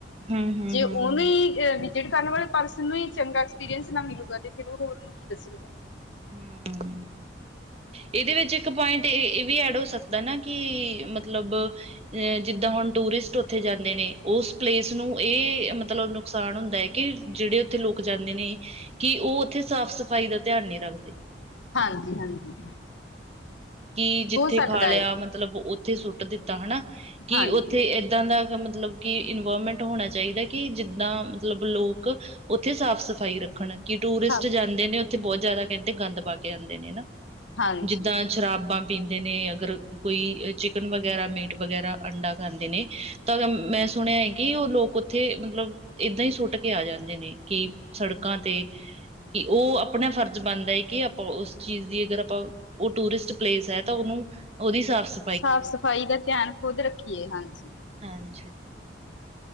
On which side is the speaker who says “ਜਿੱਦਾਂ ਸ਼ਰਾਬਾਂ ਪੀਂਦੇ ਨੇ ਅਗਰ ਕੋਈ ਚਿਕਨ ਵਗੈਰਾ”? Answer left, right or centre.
Right